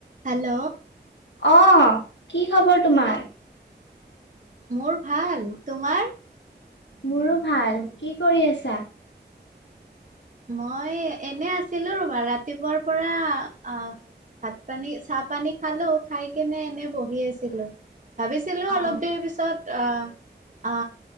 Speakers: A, on the right (about 45°); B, on the left (about 75°).
A: Hello!
B: অ কি খবৰ তোমাৰ?
A: হা মোৰ ভাল। তোমাৰ?
B: মোৰো ভাল। কি কৰি আছা?
A: মই এনে আছিলো ৰ'বা ৰাতিপুৱাৰ পৰা আহ ভাত-পানী, চাহ-পানী খালো খাই এনে বহি আছিলো। ভাবিছিলোঁ
B: অ
A: অলপ দেৰি পিছত আ আ